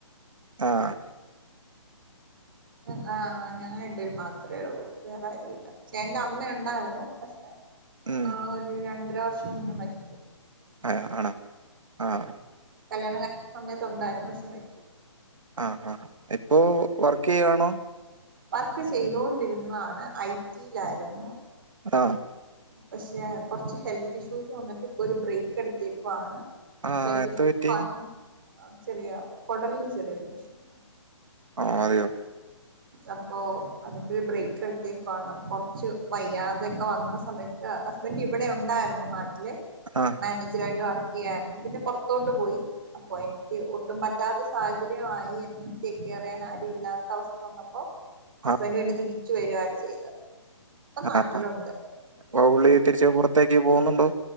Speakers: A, on the right; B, on the right.
A: ആഹ
B: ഉ ആഹ ഞങ്ങ രണ്ട് പേർ മാത്രമേ ഉള്ളൂ വേറെ ആരുല്ല ചേട്ടന്റെ അമ്മ ഉണ്ടായിരുന്നു പക്ഷെ
A: ഉം
B: ആഹ ഒരു രണ്ടര വർഷം മുന്നേ മരിച്ചു
A: ആഹ ആണോ ആ ഹ
B: കല്യാണം കഴുന്ന സമയത്ത്ണ്ടായിരുന്നു പക്ഷെ മരിച്ചു പോയി
A: ആ ഹ ആഹ ഇപ്പോവ ർക്കയ്യാണോ
B: വർക്ക് ചെയ്തൊണ്ടിരുന്നതാണ് ഐടിയിലായിരുന്നു
A: ആഹ
B: പക്ഷെ കുറച്ച് ഹെൽത്ത് ഇഷ്യൂസ് വന്നിട്ട് ഇപ്പൊ ഒരു ബ്രേക്ക് എടുത്തേക്കുവാണ്
A: ആ
B: ഹെൽത്ത്
A: എത്ര
B: ഇഷ്യൂവാണ്
A: പറ്റി
B: ചെറിയ കുടലന് ചെറിയൊരു പ്രശ്നം
A: ആഹ അതെയോ
B: അപ്പൊ അതുകൊണ്ടരു ബ്രേക്ക് എടുത്തിരുന്നുഅപ്പോ കുറച്ച് വയ്യാതെയൊക്കെ വന്ന സമയത്ത് ഹസ്ബന്ഡറ് ഇവിടെ ഉണ്ടായിരുന്നു നാട്ടില്
A: ആ ആ
B: മാനേജർ ആായിട്ട് വർക്ക് ചെയ്യായിരുന്നു പിന്നെ പുറത്തോട്ടു പോയി അപ്പോ ഒട്ടും പറ്റാത്ത സാഹചര്യമായി എന്നും സിസേറിയൻ ആരും ഇല്ലാത്തഅവസ്ഥ വന്നപ്പോ ഹസ്ബൻഡ്
A: ആ ആ
B: പിന്നെ തിരിച്ചു വരുവാണ് ചെയ്തത് ഇപ്പൊ
A: ആഹ
B: നാട്ടിലുണ്ട്
A: അ ഹ ഇപ്പോപുള്ളി തിരിച്ച് പുറത്തേക്ക് പോകുന്നുണ്ടോ